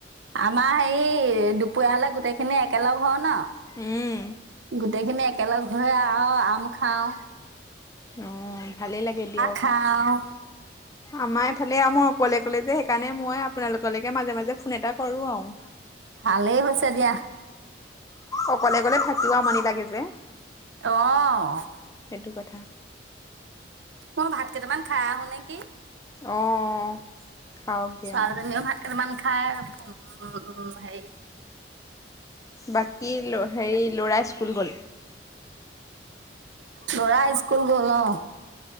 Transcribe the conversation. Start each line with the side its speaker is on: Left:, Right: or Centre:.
Right: আমাৰ সে এই দুপৰীয়া হ'লে গোটেইখিনি একেলগ হও ন!
Left: উম,
Right: গোটেইখিনি এক একেলগ হৈ আও আম খাও।
Left: অ' ভালেই লাগে দিয়ক।
Right: খাওঁ
Left: আমাৰ এইফালে আও মই অকলে-অকলে যে, সেইকাৰণে মই আপোনালোকলৈকে মাজে-মাজে ফোন এটা কৰো আৰু।
Right: ভালেই হৈছে দিয়া।
Left: অকলে গ'লে থাকিও আমনি লাগে যে।
Right: অ'।
Left: সেইটো কথা
Right: মই ভাত কেইটামান খাই আহো নেকি?
Left: অ' খাৱকগে
Right: ছোৱালীজনীও
Left: অ'।
Right: ভাত কেইটামান খাই উ-উম হেৰি।
Left: বাকী লৈ হেৰি, ল'ৰা স্কুল গ'ল?
Right: ল'ৰা স্কুল গ'ল অ'।